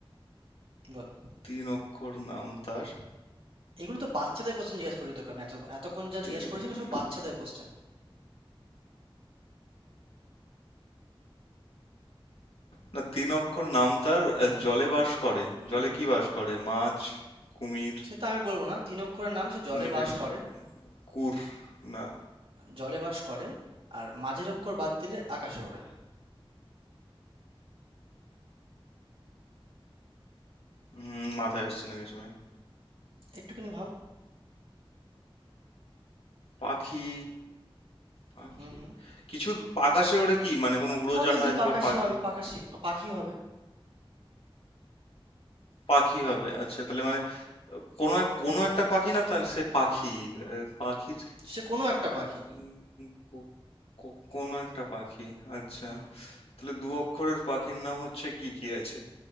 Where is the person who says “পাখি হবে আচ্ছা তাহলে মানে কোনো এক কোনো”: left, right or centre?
Left